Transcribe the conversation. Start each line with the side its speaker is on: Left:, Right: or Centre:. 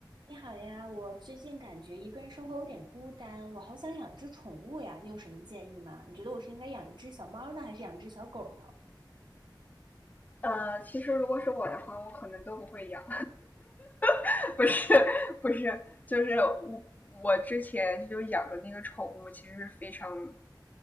Right: 你好呀，我最近感觉一个人生活有点孤单，我好想养只宠物呀，你有什么建议吗？你觉得我是应该养一只小猫呢，还是养只小狗呢？
Left: 呃，其实如果是我的话，我可能都不会养，<laughs> 不是不是，就是我我之前就养的那个宠物，其实是非常